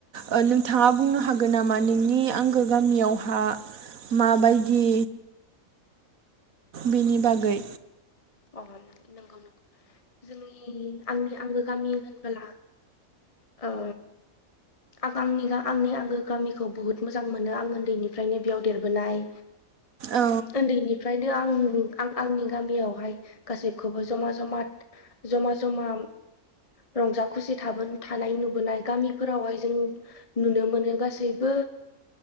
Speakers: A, on the right (about 75°); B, on the left (about 25°).
A: ओ नोंथाङा बुंनो हागोन नामा नोंनि आंगो गामियावहा माबायदि बिनि बागै
B: अ नंगौ जोंनि आंनि आंगो गामि होनबोला ओ आं आंनि आंनि आंगो गामिखौ बुहुत मोजां मोनो आं उन्दैनिफ्रायनो बेयाव देरबोनाय
A: औ
B: उन्दैनिफ्राय बि आं आं आंनि गामियावहाय गासैखौबो जमा-जमा-जमा-जमा रंजा खुसि थाबोन थानाय नुबोनाय गामिफोरावहाय जों नुनो मोनो गासैबो